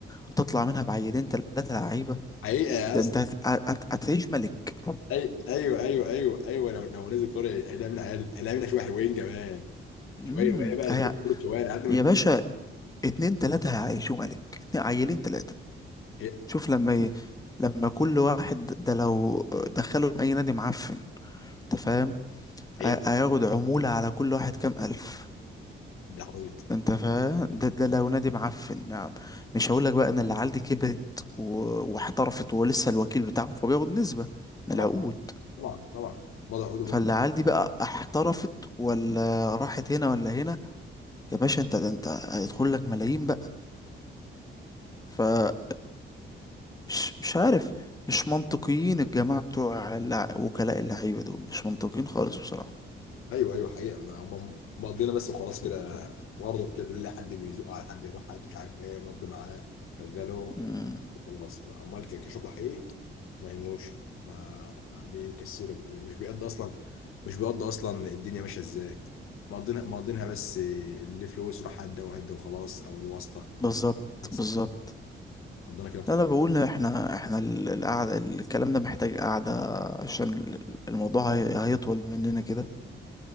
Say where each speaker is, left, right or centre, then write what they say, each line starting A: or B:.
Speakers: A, on the left (about 15°); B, on the left (about 85°).
A: هتطلع منها بعيلين ثلاثه لعيبه
B: حقيقه يا
A: ده
B: اسطى
A: انت هت- هت- هتعيش ملك
B: أي... ايوه ايوه ايوه ايوه لو لو نزل كوره هنلاقي منها عيال هنلاقي منها شويه حلوين كمان
A: امم
B: شويه وهي بقى
A: هي-
B: كل كره شوارع قد ما
A: يا باشا اتنين تلاته هيعيشوا ملك اتنين عيلين تلاته
B: هي
A: شوف لما ي... لما كل واحد ده لو دخلهم اي نادي معفن انت فاهم
B: هي
A: هي- هياخد عمولة على كل واحد كام الف
B: ده عبيط
A: انت فاهم ده ده لو نادي معفن نعم مش هقولك بقى ان العيال دي كبرت و... واحترفت ولسه الوكيل بتاعهم فبياخد نسبة من
B: طبعا
A: العقود
B: طبعا طبعا وضع عقود
A: فالعيال دي بقى احترفت ولا راحت هنا ولا هنا يا باشا انت ده انت هيدخل لك ملايين فال مش مش عارف مش منطقيين الجماعة بتوع اللع... وكلاء اللعيبة دول مش منطقيين خالص بصراحة
B: ايوه ايوه حقيقه ما- هم مقضينا بس وخلاص كده برضه كده اللي حد بيزقه على حد يروح حد مش عارف ايه مضي معاه شغله
A: مم.
B: يخلص امال ك- كشغل حقيقي ما يهموش ما بيكسرهم يعني مش بيقضي اصلا مش بيقضي اصلا الدنيا ماشيه ازاي مقضينا مقضينها بس اللي فلوس راح هدى وهدى وخلاص او الواسطه
A: بالظبط
B: بس
A: بالظبط
B: مقضينا كده وخلاص
A: لا، انا بقول إن احنا احنا ال- القعده الكلام ده محتاج قعده عشان ال- الموضوع هي- هيطول مننا كده